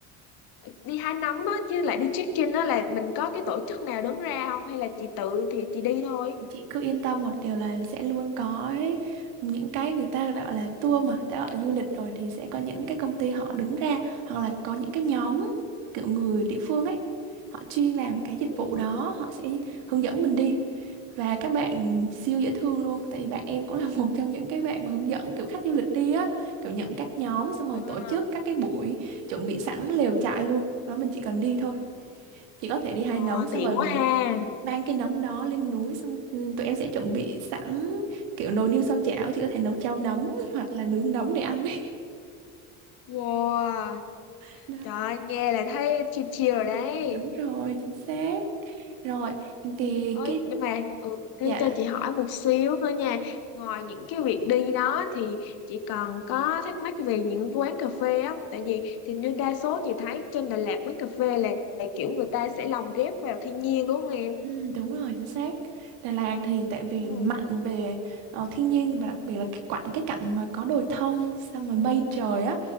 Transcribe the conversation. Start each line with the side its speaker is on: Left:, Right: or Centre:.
Left: đi hái nấm á chứ lại đi check-in đó là mình có cái tổ chức nào đứng ra không hay là chị tự thì chị đi thôi
Right: Chị cứ yên tâm một điều là sẽ luôn có ấy, những cái người ta gọi là tour mà đã gọi là du lịch rồi thì sẽ có những cái công ty họ đứng ra hoặc là có những cái nhóm kiểu người địa phương ấy họ chuyên làm cái
Left: ừ.
Right: dịch vụ đó họ sẽ hướng dẫn mình đi và các bạn siêu dễ thương luôn tại vì bạn em cũng là <laughs> một trong những cái bạn mà hướng dẫn kiểu khách du lịch đi á kiểu nhận các nhóm xong rồi
Left: à,
Right: tổ chức các cái buổi chuẩn bị sẵn lều trại luôn đó mình chỉ cần đi thôi chị có thể đi hai
Left: ờ,
Right: đống xong
Left: tiện
Right: rồi
Left: quá ha
Right: mang cái nấm đó lên núi xong ừ, tụi em sẽ chuẩn bị sẵn kiểu nồi niêu xoong chảo chị có thể nấu cháo nấm <laughs> hoặc là nướng nấm để ăn ấy.
Left: wow
Right: <laughs> Đó,
Left: trời ơi, nghe là thấy chill chill rồi đấy
Right: đúng rồi chính xác rồi thì
Left: ơi
Right: cái
Left: nhưng mà ừ, thế
Right: dạ
Left: cho chị hỏi một xíu nữa nha ngoài những cái việc đi đó thì chị còn có thắc mắc về những quán cà phê á tại vì thì như đa số chị thấy trên Đà Lạt quán cà phê là là kiểu người ta sẽ lồng ghép vào thiên nhiên đúng không em
Right: ừ, đúng rồi chính xác Đà Lạt thì tại vì
Left: Ừ.
Right: mạnh về ờ, thiên nhiên và đặc biệt là cái quãng cái cạnh mà có đồi thông xong rồi mây trời á